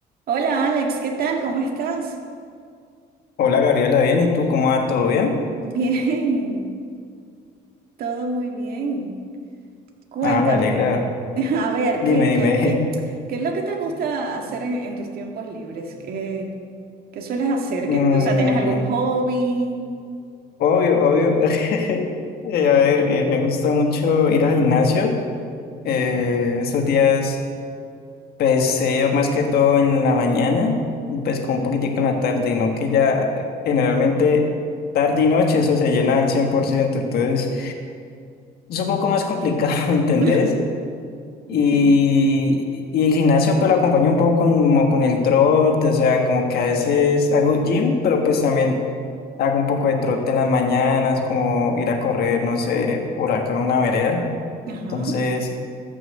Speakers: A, on the right; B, on the left.
A: Hola Alex, ¿qué tal? ¿Cómo estás?
B: Hola Gabriela, bien, ¿y tú cómo va? ¿Todo bien?
A: <laughs> Bien, todo muy bien. Cuéntame,
B: Ah, me alegra.
A: <laughs> a ver,
B: Dime,
A: ¿qué,
B: dime.
A: qué, qué,
B: <laughs>
A: qué es lo que te gusta hacer en, en tus tiempos libres? ¿Qué, qué sueles hacer?
B: Mm,
A: ¿Qué, te- o sea, ¿tienes algún hobby?
B: obvio, obvio. <laughs> Eh, a ver, eh, me gusta mucho ir al gimnasio.
A: Ya.
B: Eh, estos días, pues he ido más que todo en la mañana, y, pues con un poquitico en la tarde, y no que ya eh, generalmente tarde y noche eso se llena al 100%. entonces es un poco más complicado, <laughs> ¿me entendés?
A: <laughs>
B: Y,
A: Sí.
B: y el gimnasio pues lo acompaña un poco como con el trote, o sea, como que a veces hago gym, pero pues también hago un poco de trote en las mañanas, como ir a correr, no sé, por acá en una vereda.
A: Ajá.
B: Entonces,